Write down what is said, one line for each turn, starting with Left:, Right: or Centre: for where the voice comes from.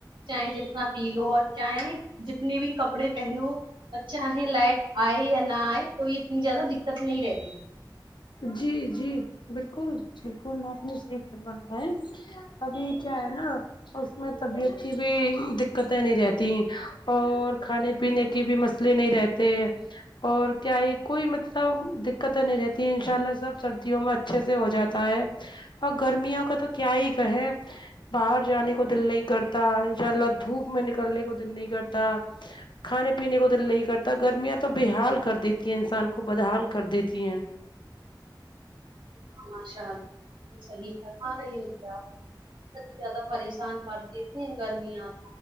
Right: چاہیں جتنا پی لو اور چاہ جتنے بھی کپ کپڑے پہنو اچھا ہے لائٹ آئے یا نہ آئے کوئی اتنی زیادہ دقت نہیں رہتی ہے
Left: جی جی بالکل بالکل آپ نے صحی کروایا ہے ابھی کیا ہے نا اس میں طبیعت کی بھی دقتیں نہیں رہتی اور کھانے پینے کے بھی مسئلے نہیں رہتے اور کیا یہ کوئی مطلب دقت نہیں رہتی ان شاء اللہ سب سردیوں میں اچھے سے ہو جاتا ہے اور گرمیوں کا تو کیا ہی کہیں باہر جانے کو دل نہیں کرتا انشاء اللہ دھوپ میں نکلنے کو دل نہیں کرتا کھانے پینے کو دل نہیں کرتا گرمیاں تو بےحال کر دیتی ہے انسان کو بدحال کر دیتی کین <unintelligible>
Right: ہاں ماشال صحیح کرم رہی ہو کہ آپ ا زیادہ پریشان کر دیتی ہیں گرمیاں